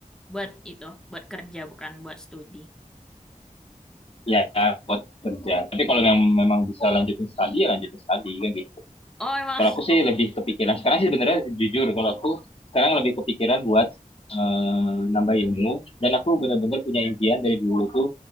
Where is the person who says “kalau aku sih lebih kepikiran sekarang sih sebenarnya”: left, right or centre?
Left